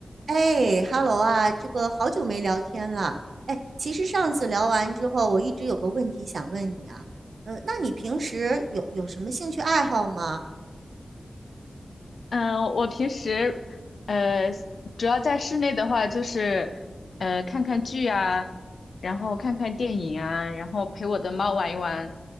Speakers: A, on the right; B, on the left.
A: 哎，Hello 啊，这个好久没聊天了。哎，其实上次聊完之后，我一直有个问题想问你啊。嗯、那你平时有有什么兴趣爱好吗？
B: 嗯，我平时呃，主要在室内的话，就是呃看看剧啊，然后看看电影啊，然后陪我的猫玩一玩，